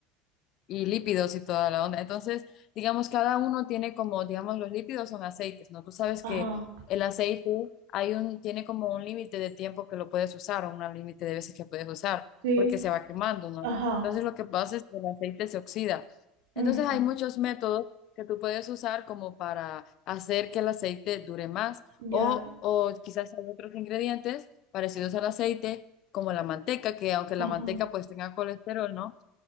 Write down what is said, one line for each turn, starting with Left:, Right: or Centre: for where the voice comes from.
Left: y lípidos y toda la onda. Entonces, digamos, cada uno tiene como, digamos, los lípidos son aceites, ¿no? Tú sabes
Right: ajá,
Left: que el aceite hay un, tiene como un límite de tiempo que lo puedes usar o un límite de veces que puedes usar,
Right: sí,
Left: porque se va quemando, ¿no?
Right: ajá,
Left: Entonces, lo que pasa es que el aceite se oxida.
Right: ujú,
Left: Entonces, hay muchos métodos que tú puedes usar como para hacer que el aceite dure más o,
Right: ya,
Left: o quizás hay otros ingredientes parecidos al aceite, como la manteca, que aunque la
Right: ajá.
Left: manteca pues tenga colesterol, ¿no?